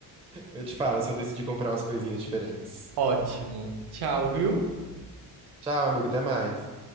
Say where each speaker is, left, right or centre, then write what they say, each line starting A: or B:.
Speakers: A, on the right; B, on the right.
A: Eu te falo se eu decidir comprar umas coisinhas diferentes.
B: Ótimo. Tchau, viu?
A: Tchau, amigo, até mais.